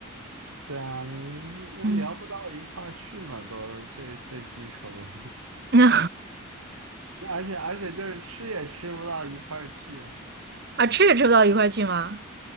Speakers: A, on the right; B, on the right.
A: 对啊，你那聊不到一块儿去嘛，
B: 嗯，
A: 都最最基础的，
B: <laughs> 那。
A: <laughs> 而且而且就是吃也吃不到一块儿去。
B: 啊，吃也吃不到一块儿去吗？